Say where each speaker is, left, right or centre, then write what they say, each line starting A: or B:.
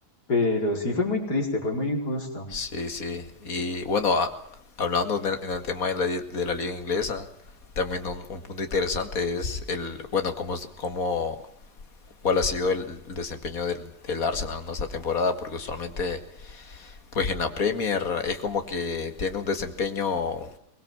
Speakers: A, on the left; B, on the left.
A: pero sí fue muy triste, fue muy injusto.
B: sí, sí. Y bueno, a- hablando en el, en el tema de la, li- de la liga inglesa, también un, un punto interesante es el, bueno, cómo, es- cómo, cuál ha sido el, el desempeño del, del Arsenal en esta temporada, porque usualmente, pues en la Premier es como que tiene un desempeño